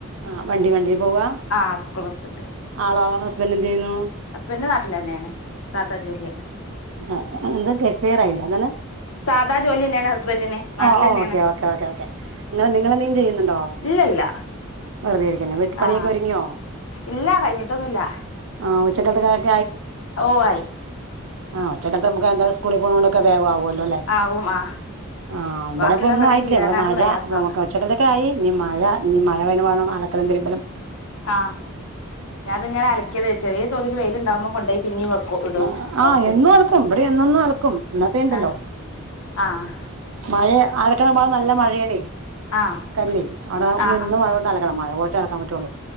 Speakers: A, on the right; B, on the left.
A: ആഹ് വണ്ടി വണ്ടി പോവാ
B: ആഹ് സ്കൂൾ ബസ്ണ്ട്
A: ആളോ ഹസ്ബൻഡ് എന്ത് ചെയ്യുന്നു
B: ഹസ്ബൻഡ് നാട്ടിൽ തന്നെയാണ് സാദാ ജോലിയാണ്
A: ആഹ എന്തുംക്ലിയറായില്ല എന്താണ്
B: സാദാ ജോലി തന്നെയാണ് ഹസ്ബൻഡിന് നാട്ടിലെന്നെയാണ്
A: ഓ ഓക്കെ ഓക്കേ ഓക്കെ ഓക്കെ നിങ്ങ നിങ്ങളെന്തെങ്കിലും ചെയ്യുന്നുണ്ടോ
B: ഇല്ലല്ല
A: വെറുതെ ഇരിക്കുന്നു വിട്ടുപ്പണിയൊക്കെ
B: ആ
A: ഒരുങ്ങിയോ
B: ഇല്ല കഴിഞ്ഞിട്ടൊന്നുമില്ല
A: ആ ഉച്ചക്കത്തെ കാര്യ
B: ഓ ആയി
A: ആ ഉച്ചക്കത്തെ നമുക്ക് സ്കൂ ളി പോണൊണ്ടൊ ക്കെ വേഗാവൂലോ
B: ആ ഉം ആ
A: <inaudible> ആഹ് ഇവിടെ
B: ബാക്കിയുള്ള
A: ഇപ്പൊ ഒന്നും
B: പണി
A: ആയിട്ടില്ല
B: തീരാനാണ്
A: ഇവിടെ മഴ
B: പ്രയാസം
A: ഉ ച്ചക്കത്തൊക്കെ ആയി നീ മഴ നീ മഴ <unintelligible> അതൊക്കെ കു ന്തരിപ്പടം
B: ആഹ് ഞാനത് ഇങ്ങനെ അലിക്കതെ ചെറിയ തോതിൽ വെയിലുണ്ടാവുമ്പോ കൊണ്ടോയി പിന്നെയും വെക്കും ഇടും
A: ആ
B: പൊറത്ത്
A: ആഹ് എന്നും അലക്കും ബിടെ എന്നൊന്നും അലക്കും ഇന്നത്തേണ്ടല്ലോ
B: ആഹ് ആഹ്
A: മഴഅലക്കണപ്പാ നല്ല മഴയാ ണേ
B: ആഹ്
A: കല്ലി അവിടെ
B: ആഹ്
A: നിന്ന്
B: ആഹ്
A: മഴ കൊണ്ട് അലക്കണം മഴ പോട്ടെ അലക്കാൻ പറ്റുള്ളു